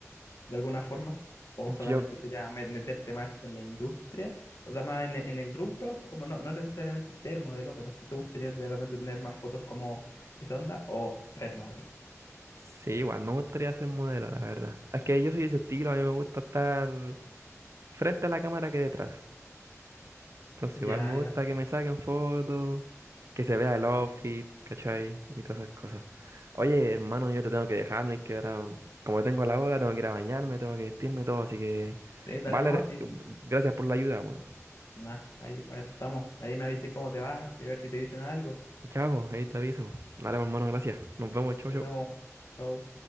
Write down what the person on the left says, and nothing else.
de alguna forma? ¿O solamente
sería met- meterte más en la industria? O sea, más en el, en el rubro, así como no, no necesariamente ser modelo, pero si te gustaría de repente tener más fotos como esa onda o ser modelo.
Ya,
ya.
Sí, dale
nomás y
nada, ahí para eso estamos. Ahí me avisas cómo te vas y ver si te dicen algo.
Ya,
Nos
vemos. Chau.